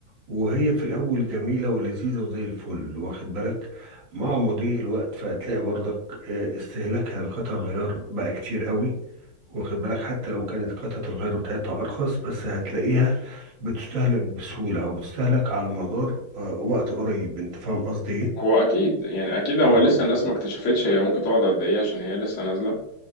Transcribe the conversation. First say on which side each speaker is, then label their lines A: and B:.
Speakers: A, on the right; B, on the left.
A: وهي في الأول جميلة ولذيذة وزي الفل واخد بالك مع مضي الوقت فهتلاقي برضك آه، استهلاكها لقطع الغيار بقى كتير قوي واخد بالك حتى لو كانت قطعة الغيار بتاعتها أرخص بس هتلاقيها بتستهلك بسهولة أو بتستهلك على مدار آه، وقت قريب أنت فاهم قصدي إيه؟
B: هو أكيد يعني أكيد هو
A: آه،
B: لسه
A: ف-
B: الناس ما اكتشفتش هي ممكن تقعد قد إيه عشان هي لسه نازلة